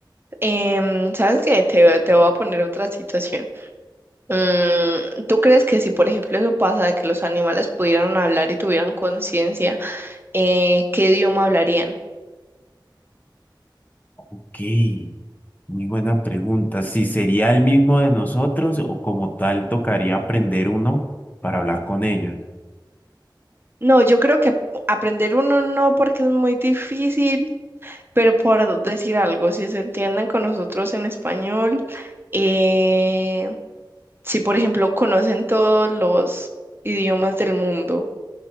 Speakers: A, on the right; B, on the left.
A: Em, ¿sabes qué? Te, te voy a poner otra situación. Mm, ¿tú crees que si, por ejemplo, eso pasa de que los animales pudieran hablar y tuvieran conciencia, eh, ¿qué idioma hablarían?
B: Ok, muy buena pregunta. ¿Si sería el mismo de nosotros o como tal tocaría aprender uno para hablar con ellos?
A: No, yo creo que aprender uno no porque es muy difícil, pero por decir algo, si se entienden con nosotros en español, eh, si, por ejemplo, conocen todos los idiomas del mundo.